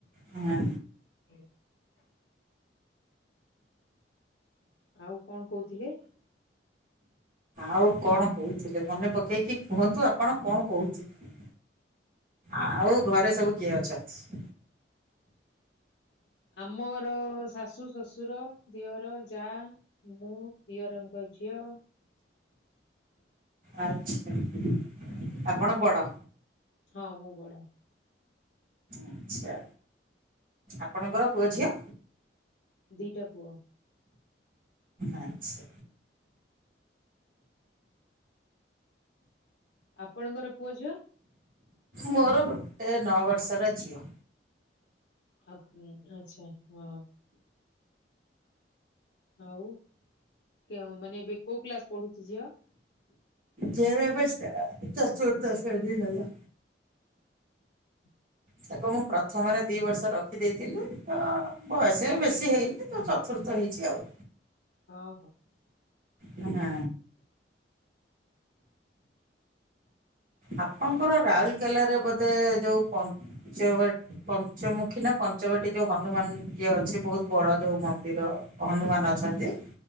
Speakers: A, on the right (about 50°); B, on the left (about 75°).
A: ହୁଁ।
B: <inaudible> ଆଉ କଣ କଉଥିଲେ?
A: ଆଉ କଣ କହୁଥିଲେ ମନେ ପକେଇକି କୁହନ୍ତୁ ଆପଣ କଣ କହୁଥିଲେ? ଆଉ ଘରେ ସବୁ କିଏ ଅଛନ୍ତି?
B: ଆମର ଶାଶୁ ଶଶୁର ଦିଅର ଯାଆ। ମୁଁ ଦିଅରଙ୍କ ଝିଅ।
A: ଆଚ୍ଛା
B: ଉଁ,
A: ଆପଣ ବଡ଼?
B: ହଁ ମୁଁ ବଡ଼।
A: ଆଚ୍ଛା ଆପଣଙ୍କର ପୁଅ ଝିଅ?
B: ଦିଇଟା ପୁଅ।
A: ଆଛା।
B: ଆପଣଙ୍କର ପୁଅ ଝିଅ?
A: ମୋର ଗୋଟେ ନଅ ବର୍ଷର ଝିଅ।
B: ଆଁ ପୁ ଆଛା ହଁ। ଆଉ କେଉ ମାନେ ଏବେ କୋଉ କ୍ଲାସ୍ ପଢୁଚି ଝିଅ?
A: ଝିଅର ଏବେ ଷ୍ଟା ଚତୁର୍ଥ ଶ୍ରେଣୀ ହେଲା।
B: <inaudible>
A: ତାକୁ ମୁଁ ପ୍ରଥମରେ ଦି ବର୍ଷ ରଖିଦେଇଥିଲି ତ ବୟସବି ବେଶୀ ହେଇନି ତ ଚ ଚତୁର୍ଥ ହେଇଚି ଆଉ।
B: ହଁ ହଁ।
A: ହେ ନା ଆପଣଙ୍କର ରାଉଲକେଲାରେ ବୋଧେ ଯୋଉ ପ ପଞ୍ଚ ବାଟ୍ ପଞ୍ଚମୁଖୀନା ପଞ୍ଚବାଟୀ ଯୋଉ ହନୁମାନ ଇଏ ଅଛି ବହୁତ୍ ବଡ଼ ଯୋଉ ମନ୍ଦିର? ହନୁମାନ ଅଛନ୍ତି।